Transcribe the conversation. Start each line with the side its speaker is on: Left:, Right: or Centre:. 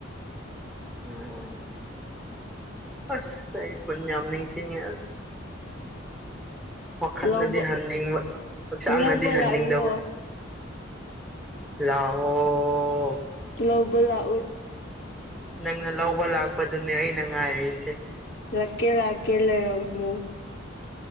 Centre: <unintelligible> ꯑꯁ ꯑꯩ ꯈꯨꯟ ꯌꯥꯝ ꯅꯤꯡꯁꯤꯡꯉꯦ ꯑꯁ ꯋꯥꯈꯟꯗꯗꯤ
Left: ꯂꯧꯕ
Centre: ꯍꯟꯅꯤꯡꯕ ꯍꯛꯆꯥꯡꯅꯗꯤ
Left: ꯂꯧꯕ
Centre: ꯍꯟꯅꯤꯡꯗꯕ
Left: ꯂꯥꯛꯎꯔꯣ
Centre: ꯂꯑꯣ ꯑꯣ
Left: ꯂꯧꯕ ꯂꯥ
Centre: ꯅꯪꯅ ꯂꯧꯕ ꯂꯥꯛꯄꯗꯨꯅꯦ ꯑꯩꯅ ꯉꯥꯏꯔꯤꯁꯦ
Left: ꯂꯛꯀꯦ ꯂꯥꯛꯀꯦ ꯂꯩꯔꯝꯃꯨ